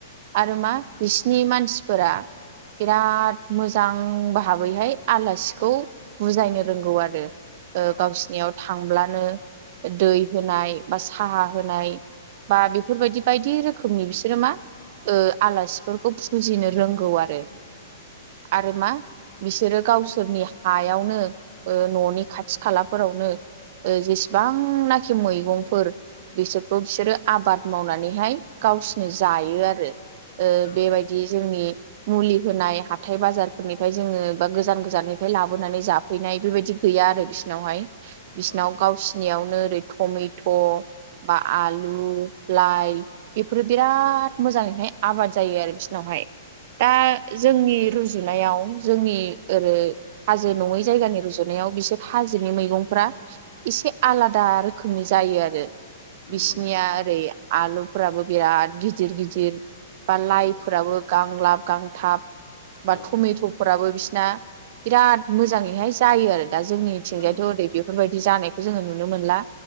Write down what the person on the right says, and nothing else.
आरो
मा
बिसिनि मानसिफोरा बिराद मोजां भाबैहाय आलासिखौ बुजायनो रोंगौ आरो।
गावसिनियाव
थांब्लानो दै होनाय बा साहा होनाय बा बेफोरबायदि बायदि रोखोमनि बिसोरो मा आलासिफोरखौ फुजिनो रोंगौ आरो। आरो मा बिसोरो गावसोरनि हायावनो न'नि खाथि खालाफोरावनो जेसेबांनाखि
मैगंफोर बिसोरखौ बिसोरो आबाद मावनानैहाय गावसिनो
जायो
आरो
बेबायदि
जोंनि मुलि होनाय ह हााथथाय बाजारफोरनिफ्राय जोङो बा गोजान गोजाननिफ्राय लाबोनानै जाफैनाय बेबायदि गैया आरो बिसिोरनावहाय बिसिनाव
गावसि फिनाययावनो ओरै टमेट' बा आलु लाइ बेफोरो बिराद
मोजाङैहाय आबाद जायो आरो बिसिोरनावहाय दा
जोंनि रुजुनायाव जोंनि ओै हाजो नङै
जायगानि रुज गुजुनायाव बिसोर हाजोनि मैगंफ्रा एसे आलादा रोखोमनि जायो आरो
बिसिनिया
ओरै आलुफोराबो बिराद गिदिर गिदिर बा लाइफोराबो
गांलाब गांथाब बा
टमेट'फोराबो
बिसिना बिराद मोजाङैहाय जायो आरो दा जोंनिथिंजायाथ'
ओरै बेफोरबायदि जानायखौ जोङो नुनो मोनला